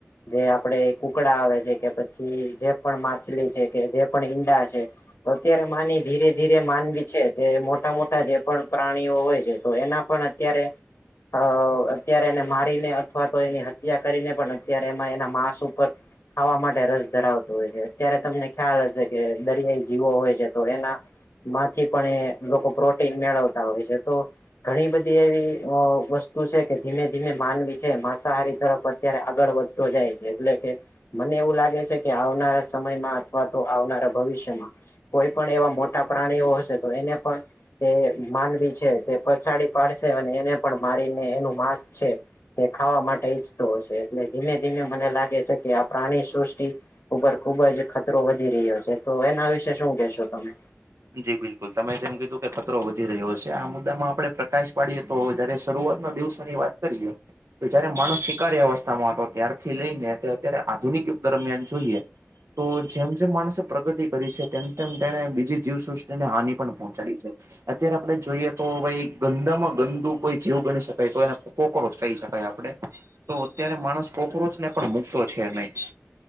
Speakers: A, on the left; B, on the right.
A: જે આપડે કુકડા આવે છે કે પછી જે પણ માછલી છે કે જે પણ ઈંડા છે અત્યારે માની ધીરે ધીરે માનવી છે તે મોટા મોટા જે પણ પ્રાણીઓ હોય છે તો એના પણ અત્યારે અ અત્યારે એને મારીને અથવા તો એની હત્યા કરીને પણ અત્યારે એમાં એના માંસ ઉપર ખાવા માટે રસ ધરાવતો હોય છે અત્યારે તમને ખ્યાલ હશે કે દરિયાઈ જીવો હોય છે, તો એના માંથી પણ એ લોકો પ્રોટીન મેળવતા હોય છે, તો ઘણી બધી એવી વસ્તુ છે, કે ધીમે ધીમે માનવી છે માંસાહારી તરફ અ્યારે આગળ વધતો જાય છે, એટલે કે મને એવું લાગે છે, કે આવનારા સમયમાં અથવા તો આવનારા ભવિષ્યમાં કોઈ પણ એવા મોટા પ્રાણીઓ હશે તો એને પણ એ માનવી છે, તે પછાડી પાડશે અને એને પણ મારીને એનું માંસ છે. તે ખાવા માટે ઈચ્છતો હશે એટલે ધીમે ધીમે મને લાગે છે, કે આપ પ્રાણી સૃષ્ટિ ઉપર ખુબ જ ખતરો વધી રહ્યો છે, તો એના વિશે શું કેહેશો તમે
B: જી બિલકુલ તમે જેમ કીધું કે ખતરો વધી રહ્યો હશે આ મુદ્દામાં આપડે પ્રકાશ પાડીએ તો જયારે શરૂઆત ના દિવસ ની વાત કરીએ તો જયારે માણસ શિકારી અવસ્થામાં હતો ત્યારથી લઈને તે અત્યારે આધુનિક યુગ દરમિયાન જોઈએ. તો જેમ જેમ માણસે પ્રગતિ કરી છે, તેમ તેમ તેને બીજી જીવસૃષ્ટિને હાનિ પણ પહોંચાડી છે. અત્યારે આપડે જોઈએ તો ભાઈ ગંદામાં ગંદુ કોઈ જીવ ગણી શકાય તોયને કોક્રોચ કહી શકાય આપણે તો અત્યારે માણસ કોક્રોચને પણ મુકયો છે, નહી.